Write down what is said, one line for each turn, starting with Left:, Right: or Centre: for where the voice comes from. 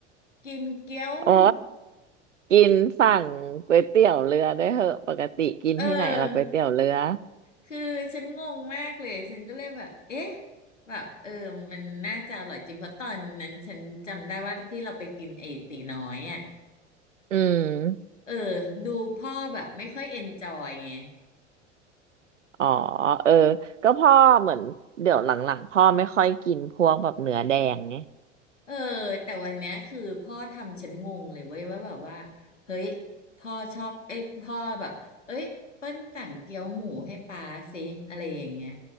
Left: กินเกี๊ยวหมู
Right: อ๋อกินสั่งก๋วยเตี๋ยวเรือด้วยเหอะปกติกินที่ไหนล่ะก๋วยเตี๋ยวเรือ
Left: เออคือฉันงงมากเลยฉันก็เลยแบบเอ๊ะแบบเออมันน่าจะอร่อยจริงเพราะตอนนั้นฉันจำได้ว่าที่เราไปกินไอ้ตีน้อยอ่ะ
Right: อืม
Left: เออดูพ่อแบบไม่ค่อยเอนจอยไง
Right: อ๋อเออก็พ่อเหมือนเดี๋ยวหลังๆพ่อไม่ค่อยกินพวกแบบเนื้อแดงไง
Left: เออแต่วันเนี้ยคือพ่อทำฉันงงเลยเว้ยว่าแบบว่าเฮ้ยพ่อชอบเอ้ยพ่อแบบเอ้ยเปิ้ลสั่งเกี๊ยวหมูให้ป๊าสิอะไรอย่างเงี้ย